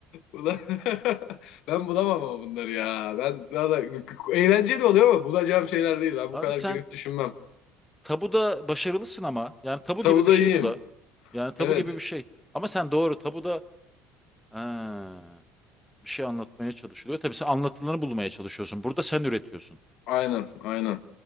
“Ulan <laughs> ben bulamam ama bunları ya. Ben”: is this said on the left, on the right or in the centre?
Left